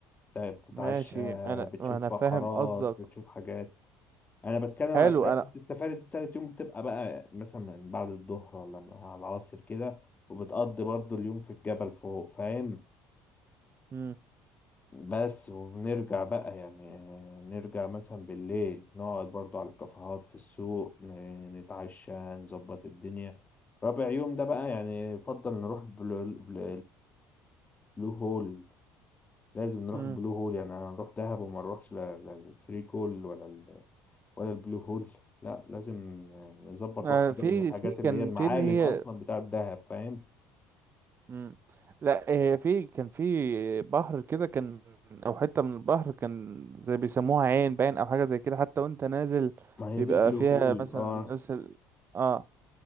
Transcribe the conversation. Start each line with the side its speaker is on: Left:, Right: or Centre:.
Left: بتتعشى
Right: ماشي انا
Left: بتشوف
Right: انا
Left: فقرات
Right: فاهم قصدك
Left: بتشوف حاجات انا بتكلم على
Right: حلو
Left: رحلة
Right: انا
Left: السفاري دي التالت يوم بتبقى بقى مثلا من بعد الظهر ولا من على العصر كده وبتقضي برضو اليوم في الجبل فوق فاهم
Right: مم.
Left: بس وبنرجع بقى يعني نرجع مثلا بالليل نقعد برضو على الكافيهات في السوق ن- نتعشى نظبط الدنيا رابع يوم ده بقى يعني يفضل نروح بلو, بلو, بلو هول لازم نروح
Right: مم.
Left: البلو هول يعني انا نروح دهب وما نروحش لا لا الثري كول ولا ال ولا البلو هول لا لازم نظبط
Right: آه
Left: حاجة
Right: في
Left: من الحاجات
Right: في
Left: اللي
Right: كان
Left: هي المعالم
Right: في اللي هي
Left: اصلا بتاعة دهب فاهم
Right: مم. لا آه، في كان في بحر كده كان او حته من البحر كان زي بيسموها عين باين او حاجه زي كده حتى وانت نازل
Left: ما هي
Right: بيبقى
Left: دي البلو
Right: فيها
Left: هول
Right: مثلا
Left: اه
Right: نزل اه